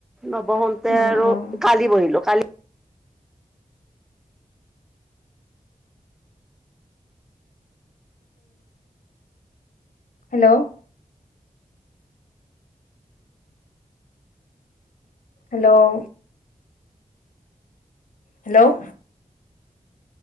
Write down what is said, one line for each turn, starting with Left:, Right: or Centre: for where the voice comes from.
Centre: নবহোতে
Left: অ
Centre: আৰু
Left: অ
Centre: কালি বহিলো কালি
Left: hello hello hello